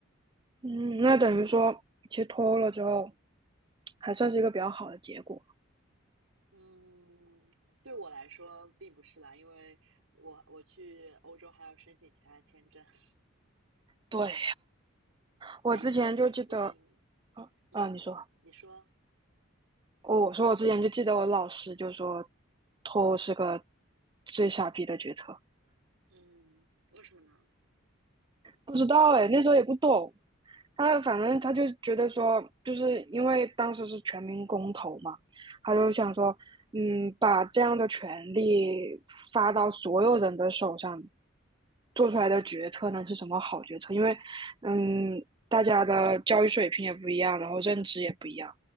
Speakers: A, on the right; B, on the right.
A: 嗯，那等于说，其实脱欧了之后，还算是一个比较好的结果。
B: 嗯，对我来说并不是啦，因为我我去欧洲还要申请其他的签证。<laughs>
A: 对，我之前就记得，
B: 哎，你最近，嗯，
A: 啊，你说，
B: 你说，
A: 哦，我说我之前就记得我老师就说，脱欧是个最傻逼的决策。
B: 嗯，为什么呢？
A: 不知道哎，那时候也不懂，他反正他就觉得说，就是因为当时是全民公投嘛，他就想说，嗯，把这样的权利发到所有人的手上，做出来的决策呢是什么好决策？因为，嗯，大家的教育水平也不一样，然后认知也不一样，